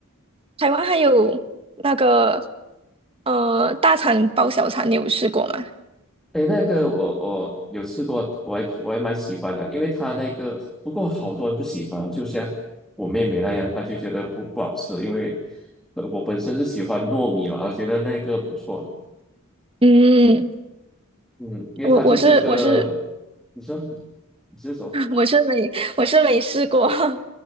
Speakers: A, on the right; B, in the centre.
A: 台湾还有那个呃大肠包小肠，你有试过吗？
B: 诶，那个我我有试过，我还我还蛮喜欢的，因为它那个不过好多人不喜欢，就像我妹妹那样，她就觉得不不好吃，因为呃我本身是喜欢糯米嘛，我觉得那个不错，
A: 嗯，
B: 嗯，因为它就是一个，
A: 我我是我是
B: 你说你是说
A: <laughs> 我是没我是没试过，<laughs>